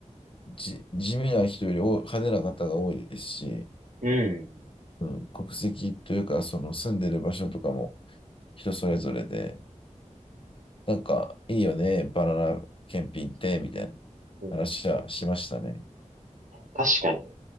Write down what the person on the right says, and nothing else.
うん。
うん
確かに。